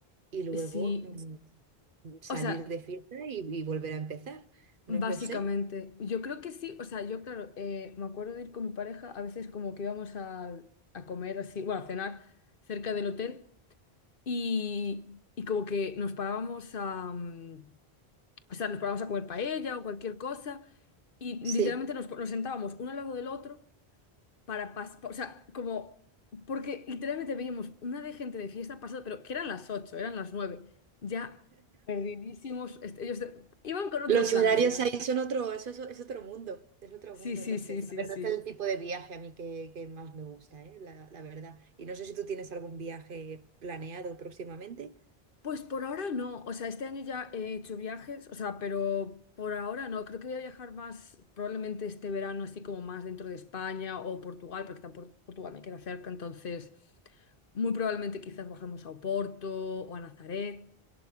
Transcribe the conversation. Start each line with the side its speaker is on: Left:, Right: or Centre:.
Right: y luego
Left: Sí,
Right: mm, salir
Left: o sea...
Right: de fiesta y, y volver a empezar. No
Left: Básicamente,
Right: lo sé.
Left: yo creo que sí, o sea, yo claro, eh, me acuerdo de ir con mi pareja, a veces como que íbamos a, a comer así, bueno, a cenar cerca del hotel y, y como que nos parábamos a, mm, o sea, nos parábamos a comer paella o cualquier cosa y
Right: Sí.
Left: literalmente nos, nos sentábamos uno al lado del otro para pasar, o sea, como, porque literalmente veíamos una de gente de fiesta pasada, pero que eran las 8 eran las 9 ya perdidísimos, este, ellos eh, iban con otro
Right: Los
Left: plan
Right: horarios
Left: de viaje.
Right: ahí son otro, eso es, es otro mundo, es otro
Left: Sí,
Right: mundo,
Left: sí,
Right: no
Left: sí,
Right: sé.
Left: sí,
Right: La verdad
Left: sí.
Right: es el tipo de viaje a mí que, que más me gusta, ¿eh? La, la verdad. Y no sé si tú tienes algún viaje planeado próximamente.
Left: Pues por ahora no, o sea, este año ya he hecho viajes, o sea, pero por ahora no, creo que voy a viajar más probablemente este verano, así como más dentro de España o Portugal, porque tampoco Portugal me queda cerca, entonces muy probablemente quizás bajemos a Oporto o a Nazaret.